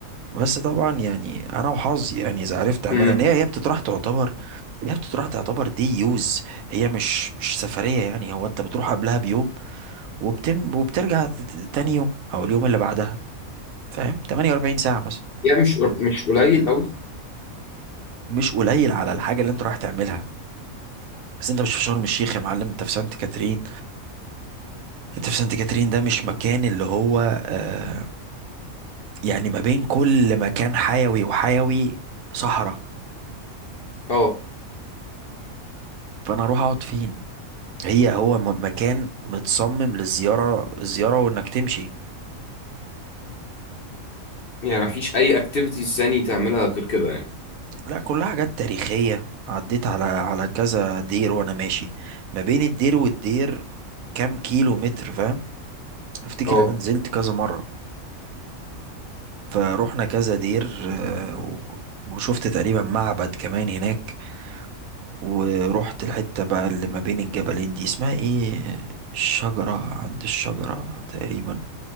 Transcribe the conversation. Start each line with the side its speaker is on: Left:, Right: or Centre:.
Right: بس طبعا يعني انا وحظي يعني اذا عرفت اعملها
Left: امم
Right: إن هي هي بتطرح تعتبر هي بتطرح تعتبر دي يوز هي مش مش سفرية يعني هو انت بتروح قبلها بيوم وبتم وبترجع ت- ت- تاني يوم او اليوم اللي بعدها فاهم 48 ساعة مثلا
Left: يعني مش مش قليل قوي
Right: مش قليل على الحاجة اللي انت رايح تعملها بس انت مش في شرم الشيخ يا معلم انت في سانت كاترين انت في سانت كاترين ده مش مكان اللي هو آه، يعني ما بين كل مكان حيوي وحيوي صحراء
Left: اه
Right: فانا اروح اقعد فين هي هو م- مكان متصمم للزيارة الزيارة وانك تمشي
Left: يعني مفيش اي اكتيفيتيز ثاني تعملها غير كده يعني
Right: لا كلها حاجات تاريخية عديت على على كذا دير وانا ماشي ما بين الدير والدير كام كيلو متر فاهم افتكر
Left: اه
Right: ان انا نزلت كذا مرة فروحنا كذا دير آه، و- وشفت تقريبا معبد كمان هناك ورحت الحتة بقى اللي ما بين الجبلين دي اسمها ايه الشجرة عند الشجرة تقريبا